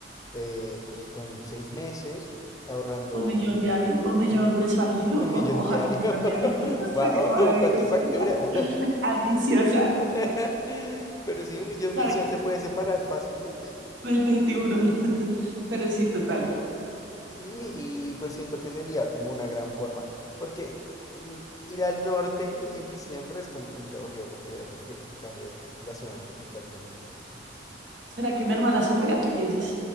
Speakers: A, on the left; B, on the right.
A: eh, pues son 6 meses ahorrando
B: Un millón diario, un millón
A: Ujú.
B: mensual, <laughs>
A: un millón
B: o- ojalá
A: diario.
B: un
A: <laughs>
B: millón diario, <laughs>
A: ¡Wow!
B: sería maravilloso,
A: ¿Cuánto factura?
B: ambiciosa.
A: <laughs> Pero sí, un millón
B: Claro
A: mensual
B: que
A: se puede separar fácilmente.
B: el de tiburón, <laughs> pero sí, total.
A: Sí, y pues siento que sería como una gran forma. Porque el- ir al norte en diciembre es como un poquito aburrido porque hace frío. En cambio, la zona tropical se mantiene bien.
B: ¿Será que mi hermana se pega? ¿Tú qué dices?